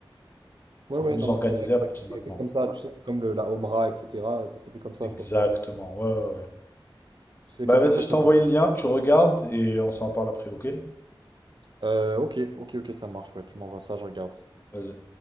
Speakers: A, on the right; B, on the left.
A: Ouais,
B: Vous
A: ouais,
B: vous
A: non,
B: organisez
A: mais c'est ça qui
B: à
A: va
B: partir de maintenant.
A: être comme ça, tu sais, c'est comme le- la Omra, etc., ça s'est fait comme ça,
B: Exactement,
A: quoi.
B: ouais, ouais, ouais.
A: C'est
B: Bah,
A: que comme
B: vas-y,
A: ça
B: je
A: que
B: t'ai
A: ça
B: envoyé
A: fonctionne.
B: le lien, tu regardes et on s'en parle après, ok?
A: Euh, ok, ok, ok, ça marche, ouais, tu m'envoies ça, je regarde.
B: Vas-y.